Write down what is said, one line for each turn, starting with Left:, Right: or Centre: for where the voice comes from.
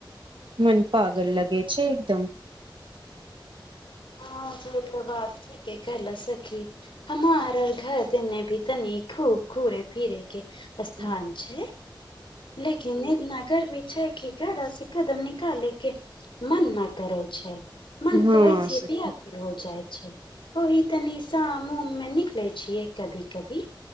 Right: मन पागल लगे छै एकदम
Left: ह सेतऽ बात ठीके कहलौ सखी हमरा घर तने भी तनी खूब घूरे फीरे के स्थान
Right: हँ
Left: छै लेकिन इतना गर्मी छै कि घर से कदम निकालेके मन न करै छै मन
Right: हँ
Left: तऽ होइसे
Right: सखी
Left: पिया हो जाइ छै ओहि त निशा मुह मे निकले छियै कभी कभी